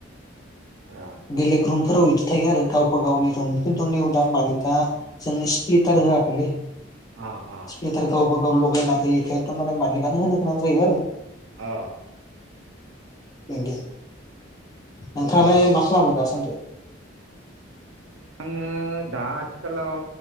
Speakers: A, on the right; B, on the left.
A: अ
B: बेलेग रुमफोराव इदि थायो आरो गावबा गावनि रुम। खिन्थु नैयाव दा मालिकआ जोंनो स्लिटार होआखैलै।
A: आ आ
B: स्प्लिटार गावबा लगायना होयैखाय तारमाने मालिकानो होनो गोनां जायो आरो
A: आ
B: नोंगौ नोंथांङालाय मा <unintelligible> बा सान्दै
A: आङो दा आथिखालाव